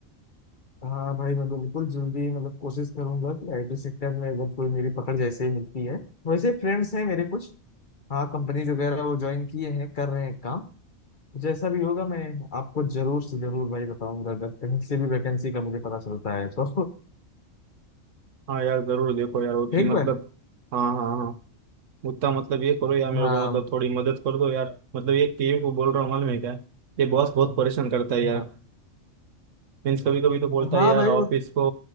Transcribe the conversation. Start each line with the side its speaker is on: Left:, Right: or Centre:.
Left: हाँ भाई मैं बिल्कुल जल्दी मतलब कोशिश करूंगा कि आईटी सेक्टर में अगर कोई मेरी पकड़ जैसे ही मिलती है वैसे फ्रेंड्स हैं मेरे कुछ हाँ कंपनीज वगैरह वो ज्वाइन किए हैं कर रहे हैं काम जैसा भी होगा मैं आपको जरूर से जरूर भाई बताऊंगा अगर कहीं से भी वैकेंसी का मुझे पता चलता है तो
Right: हाँ यार जरूर देखो यार उसकी
Left: <laughs> ठीक
Right: मतलब हाँ हाँ हाँ उतना मतलब ये करो यार मेरे
Left: हाँ
Right: को मतलब थोड़ी मदद कर दो यार मतलब ये टीम को बोल रहा हूँ मालूम है क्या ये बॉस बहुत परेशान करता है यार
Left: हाँ
Right: मीन्स कभी कभी तो बोलता
Left: हाँ
Right: है यार
Left: भाई
Right: ऑफिस
Left: वो
Right: को